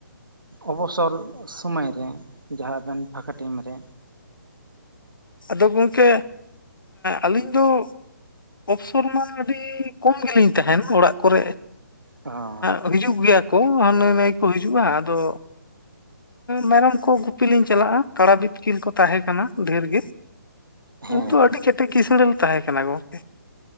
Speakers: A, on the right; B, on the left.
A: ᱚᱵᱚᱥᱚᱨ ᱥᱚᱢᱚᱭ ᱨᱮ ᱡᱟᱦᱟᱸ ᱟᱵᱮᱱ ᱯᱷᱟᱠᱟ ᱴᱟᱭᱤᱢ ᱨᱮ
B: ᱟᱫᱚ ᱜᱚᱢᱠᱮ ᱟᱹᱞᱤᱧ ᱫᱚ ᱚᱯᱥᱚᱨ ᱢᱟ ᱟᱹᱰᱤ ᱠᱚᱢ ᱜᱮᱞᱤᱧ ᱛᱟᱦᱮᱱ ᱚᱲᱟᱜ ᱠᱚᱨᱮ
A: ᱚ ᱟᱪᱪᱷᱟ
B: ᱮᱸ
A: ᱟᱪᱪᱷᱟ
B: ᱦᱤᱡᱩᱜ ᱜᱮᱭᱟ ᱠᱚ ᱦᱟᱹᱱᱤ ᱱᱷᱟᱹᱭ ᱠᱚ ᱦᱤᱡᱩᱜᱼᱟ ᱟᱫᱚ ᱢᱮᱨᱚᱢ ᱠᱚ ᱜᱩᱯᱤ ᱞᱤᱧ ᱪᱟᱞᱟᱜᱼᱟ ᱠᱟᱲᱟ ᱵᱤᱛᱠᱤᱱ ᱠᱚ ᱛᱟᱦᱮᱸ ᱠᱟᱱᱟ ᱰᱷᱮᱨ ᱜᱮ
A: ᱦᱮᱸ
B: ᱩᱱ ᱫᱚ ᱟᱹᱰᱤ ᱠᱮᱴᱮᱡ ᱠᱤᱥᱟᱸᱬ ᱞᱮ ᱛᱟᱦᱮᱸ ᱠᱟᱱᱟ ᱜᱚᱢᱠᱮ